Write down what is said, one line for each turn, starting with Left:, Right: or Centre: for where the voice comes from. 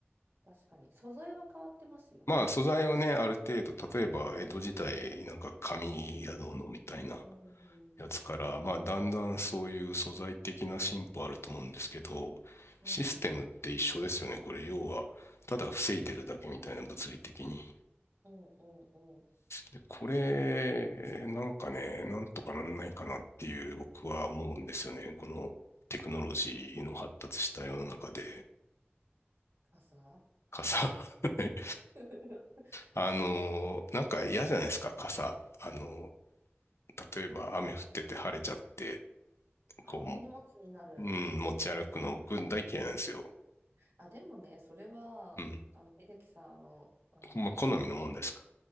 Right: 確かに。素材は変わってますよね。
Left: まあ素材はね、ある程度、例えば江戸時代なんか紙やどうのみたいな
Right: うん。
Left: やつから、まあだんだんそういう素材的な進歩あると思うんですけど、
Right: うん。
Left: システムって一緒ですよね、これ要は。ただ防いでるだけみたいな物理的に。
Right: うんうんうん。
Left: で、これ、なんかね、なんとかなんないかなっていう僕は思うんですよね。このテクノロジーの発達した世の中で、
Right: 傘
Left: 傘。<laughs> はい
Right: <laughs>
Left: あの、
Right: ぶ
Left: なんか嫌じゃないですか、傘。あの、例えば雨降ってて晴れちゃって、こ
Right: ああ、荷物になる。
Left: う、うん、持ち歩くの僕大嫌いなんですよ。
Right: あ、でもね、それは、
Left: うん。
Right: あの、秀樹さん、あの、あの、
Left: まあ、好みのもんですか。
Right: 女性、